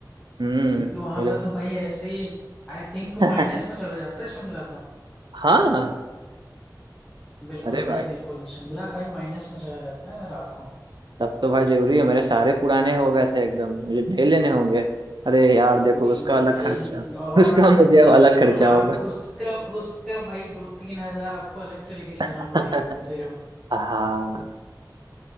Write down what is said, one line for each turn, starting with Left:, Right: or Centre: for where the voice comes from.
Right: हम्म
Centre: क्योंकि वहां
Right: मुझे
Centre: पे तो भाई ऐसे ही आई थिंक
Right: <laughs>
Centre: माइनस में चला जाता है शिमला तो
Right: हाँ
Centre: बिल्कुल
Right: अरे
Centre: भाई
Right: भाई
Centre: बिल्कुल शिमला भाई माइनस में चला जाता है रात को
Right: तब तो भाई जरूरी है मेरे सारे पुराने हो गए थे एकदम मुझे नए लेने होंगे अरे यार
Centre: नहीं
Right: देखो उसका
Centre: नहीं
Right: अलग
Centre: भाई
Right: खर्चा
Centre: और
Right: उसका मुझे अब अलग खर्चा
Centre: हाँ
Right: होगा
Centre: उसका उसका भाई दो तीन हजार आपको अलग से लेके चलना
Right: <laughs>
Centre: पड़ेगा कम से कम
Right: हाँ